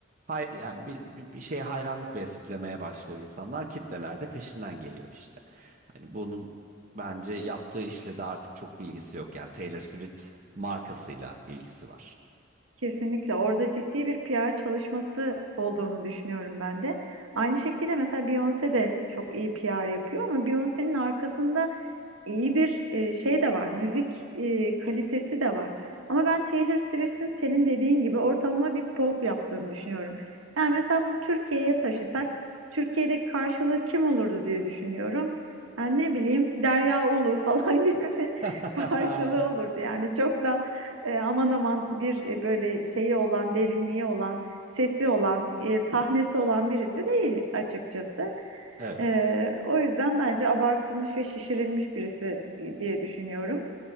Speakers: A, on the right; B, on the right.
A: Hay, yani bir, bir, bir şeye hayranlık beslemeye başlıyor insanlar. Kitleler de peşinden geliyor işte. Hani bunun bence yaptığı işle de artık çok bir ilgisi yok. Yani Taylor Swift markasıyla ilgisi var.
B: Kesinlikle orada ciddi bir P. R. çalışması olduğunu düşünüyorum ben de. Aynı şekilde mesela Beyoncé de çok iyi P. R. yapıyor ama Beyoncé'nin arkasında iyi bir e, şey de var. Müzik e, kalitesi de var. Ama ben Taylor Swift'in senin dediğin gibi ortalama bir pop yaptığını düşünüyorum. Yani mesela bunu Türkiye'ye taşısak Türkiye'deki karşılığı kim olurdu diye düşünüyorum. Yani ne bileyim Derya Ulu falan <laughs> gibi bir
A: <laughs>
B: karşılığı olurdu. Yani çok da e, aman aman bir e, böyle şeyi olan, derinliği olan, sesi olan, e, sahnesi olan birisi değil açıkçası.
A: Evet.
B: E, o yüzden bence abartılmış ve şişirilmiş birisi diye düşünüyorum.